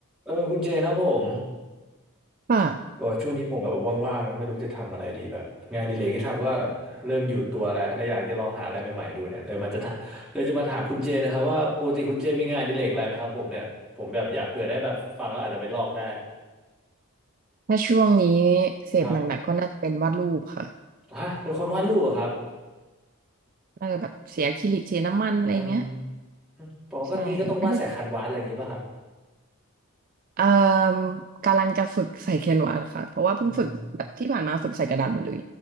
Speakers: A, in the centre; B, on the right.
A: เออคุณเจนะผม
B: ค่ะ
A: บอกว่าช่วงนี้ผมแบบว่างๆแล้วไม่รู้จะทำอะไรดีแบบงานอดิเลกที่ทำก็เริ่มอยู่ตัวแล้วแล้วอยากจะลองหาอะไรใหม่ๆดูเนี่ยเลยมาจะทะเลยจะมาถามคุณเจนะครับว่าปกติคุณเจมีงานอดิเลกอะไรไหมครับผมเนี่ยผมแบบอยากเผื่อได้แบบฟังแล้วอาจจะไปลอกได้
B: ถ้าช่วงนี้เสพหนักๆก็น่าจะเป็นวาดรูปค่ะ
A: ครับฮะเป็นคนวาดรูปเหรอครับ
B: น่าจะแบบเสียอะคริลิกเทน้ำมันอะไรเงี้ย
A: อืมปกติก็ต้องวาดสายคันวาดอะไรอย่างงี้ป่ะครับ
B: ใช่ไม่ได้เอ่มกำลังจะฝึกใส่แคนวาสค่ะเพราะว่าเพิ่งฝึกแบบที่ผ่านมาฝึกใส่กระดาษหมดเลย
A: อืม